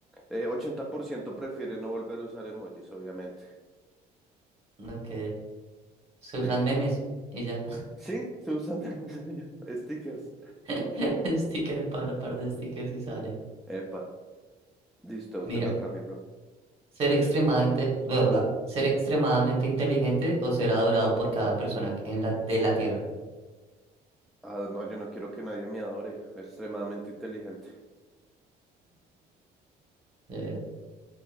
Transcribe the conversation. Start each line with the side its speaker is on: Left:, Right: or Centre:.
Centre: Eh, ochenta por ciento prefiere no volver a usar emojis, obviamente.
Right: ok, se
Centre: Sí,
Right: usan
Centre: sí.
Right: memes y ya.
Centre: Sí, se usan de <laughs> Stickers.
Right: <laughs> Sticker, par, par de stickers y sale.
Centre: <laughs> Epa, listo,
Right: Mira,
Centre: te toca a mí, bro.
Right: ser extremadamente, ¿verdad? Ser extremadamente inteligente o ser adorado por cada persona en la, de la Tierra.
Centre: Ah, no, yo no quiero que nadie me adore. Extremadamente inteligente.
Right: De Ver.